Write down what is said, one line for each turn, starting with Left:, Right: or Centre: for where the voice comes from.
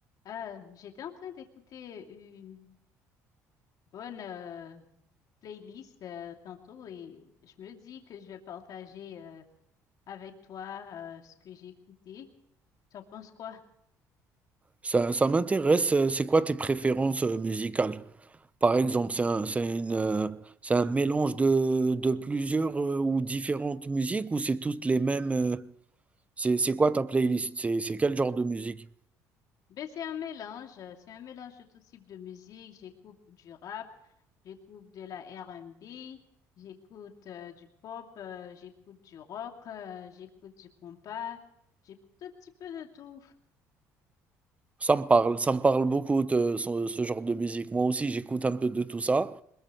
Left: Euh, j'étais en train d'écouter une bonne euh, playlist euh, tantôt et je me dis que je vais partager euh, avec toi euh, ce que j'ai écouté. Tu en penses quoi?
Right: Ça, ça m'intéresse, euh, c'est quoi tes préférences euh, musicales? Par exemple, c'est un, c'est une, euh, c'est un mélange de, de plusieurs euh, ou différentes musiques ou c'est toutes les mêmes? euh, c'est, c'est quoi ta playlist? C'est, c'est quel genre de musique?
Left: Ben, c'est un mélange, euh, c'est un mélange de tout type de musique. J'écoute du rap, j'écoute de la R&B, j'écoute euh, du pop, euh, j'écoute du rock, euh, j'écoute du compas, j'écoute un petit peu de tout.
Right: Ça me parle, ça me parle beaucoup de ce, ce genre de musique. Moi aussi, j'écoute un peu de tout ça